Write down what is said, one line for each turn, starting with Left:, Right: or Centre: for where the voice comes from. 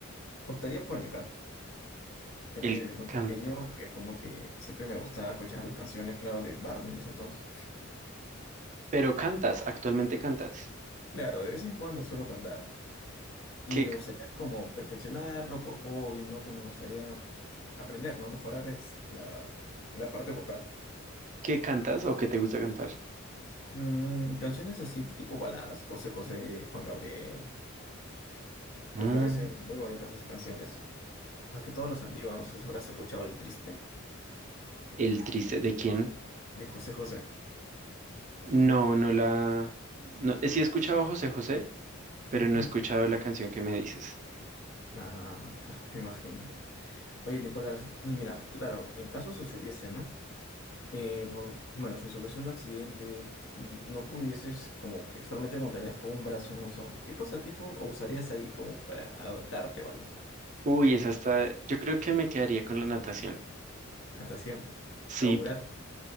Left: optaría por el canto. Ya
Right: el
Left: que desde muy
Right: canto.
Left: pequeño, que como que siempre me gustaba escuchar las canciones, claro, de Barney en ese entonces.
Right: Pero cantas, actualmente cantas.
Left: Claro, de vez en cuando suelo cantar y
Right: ¿Qué,
Left: me gustaría como perfeccionarlo por hobby, ¿no? Que me gustaría aprender, ¿no? Mejorar es la, la parte vocal.
Right: qué cantas o qué te gusta cantar?
Left: Mm, canciones así tipo baladas, José José, Juan Gabriel,
Right: Mm,
Left: me parecen muy bonitas esas canciones. O sea, que todas las antiguas, no sé si habrás escuchado El Triste
Right: El triste, ¿de quién?
Left: de José José.
Right: No, no la... No, sí he escuchado a José José, pero
Left: Ujú.
Right: no he escuchado la canción que me dices.
Left: Ah, claro, me imagino. Oye, Nicolás, y mira, claro, en caso sucediese, ¿no? eh, por, bueno, si sufres un accidente y no pudieses, como que solamente contarías con un brazo en uso, ¿qué pasatiempo usarías ahí como para adaptarte o algo?
Right: Uy, esa está... Yo creo que me quedaría con la natación.
Left: Natación,
Right: Sí,
Left: a un brazo.